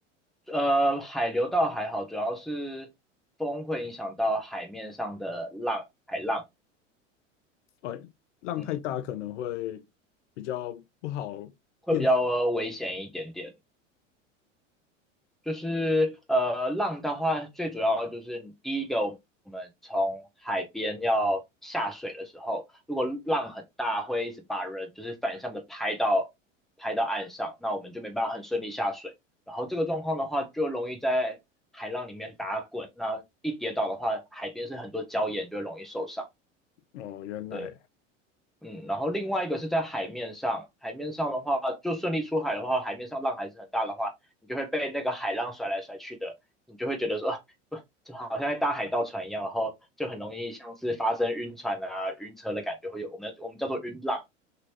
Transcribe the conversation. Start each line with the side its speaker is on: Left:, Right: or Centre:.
Centre: 呃，海流倒还好，主要是风会影响到海面上的浪，海浪，
Left: 呃，浪太大可能会比较不好辨识。
Centre: 嗯，会比较危险一点点。就是呃，浪的话，最主要就是第一个，我们从海边要下水的时候，如果浪很大，会一直把人就是反向的拍到拍到岸上，那我们就没办法很顺利下水。然后这个状况的话，就容易在海浪里面打滚，那一跌倒的话，海边是很多礁岩，就会容易受伤。
Left: 哦，原来
Centre: 对，嗯，然后另外一个是在海面上，海面上的话，就顺利出海的话，海面上浪还是很大的话，你就会被那个海浪甩来甩去的，你就会觉得说，不，就好像在搭海盗船一样，然后就很容易像是发生晕船啊、晕车的感觉，会有我们我们叫做晕浪。